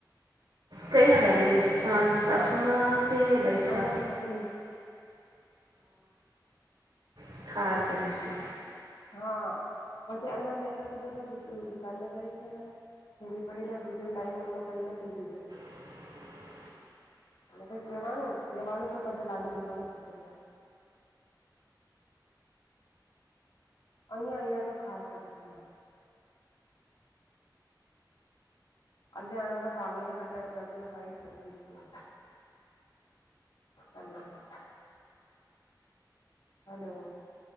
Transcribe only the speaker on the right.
કયા ડાલે છાસ સાસુમાં કે? બૈસા
થઠાર કર્યું છે.
<inaudible>